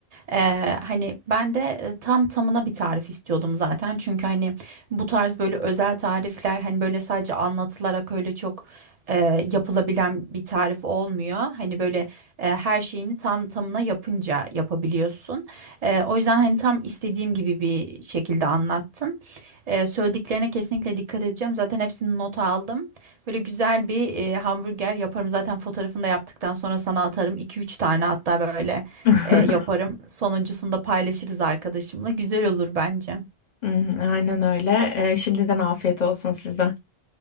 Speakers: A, on the right; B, on the left.
A: Ee, hani ben de e, tam tamına bir tarif istiyordum zaten. Çünkü hani bu tarz böyle özel tarifler hani böyle sadece anlatılarak öyle çok e, yapılabilen bir tarif olmuyor. Hani böyle e, her şeyini tam tamına yapınca yapabiliyorsun. E, o yüzden hani tam istediğim gibi bir şekilde anlattın. E, söylediklerine kesinlikle dikkat edeceğim. Zaten hepsini nota aldım. Böyle güzel bir e, hamburger yaparım. Zaten fotoğrafını da yaptıktan sonra sana atarım. iki üç tane hatta böyle
B: <laughs>
A: e, yaparım. Sonuncusunu da paylaşırız arkadaşımla. Güzel olur bence.
B: Hmm, Aynen öyle. E, şimdiden afiyet olsun size.